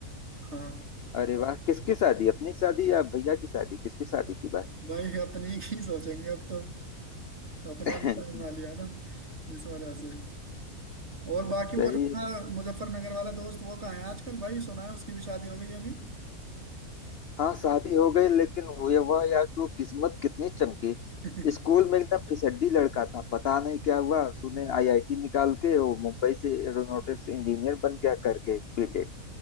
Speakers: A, on the right; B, on the left.
A: हाँ
B: अरे वाह किसकी शादी अपनी शादी या भैया की शादी किसकी शादी की बात
A: भाई अपनी ही सोचेंगे अब तो अपना
B: <laughs>
A: भी टाइम आ लिया ना इस वजह से और बाकी
B: सही
A: वो जो
B: है
A: था मुजफ्फरनगर वाला दोस्त वो कहाँ है आजकल भाई सुना है उसकी भी शादी हो गई है अभी
B: हाँ शादी हो गई लेकिन हुए वह यार तू किस्मत कितनी चमकी
A: <laughs>
B: स्कूल में एकदम फिसड्डी लड़का था पता नहीं क्या हुआ सुने आईआईटी निकाल के वो मुंबई से एरोनॉटिक्स इंजीनियर बन गया करके बीटेक